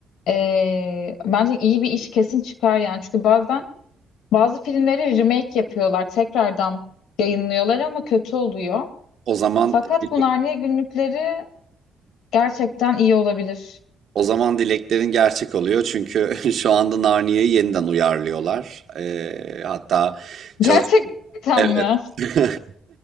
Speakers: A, on the left; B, on the right.
A: E, bence iyi bir iş kesin çıkar yani. Çünkü bazen bazı filmleri remake yapıyorlar. Tekrardan yayınlıyorlar ama kötü oluyor.
B: O zaman
A: Fakat
B: dilek-
A: bu Narnia günlükleri gerçekten iyi olabilir.
B: o zaman dileklerin gerçek oluyor çünkü <laughs> şu anda Narnia'yı yeniden uyarlıyorlar. Eee, hatta çalış
A: <laughs> Gerçekten
B: evet
A: mi?
B: <laughs>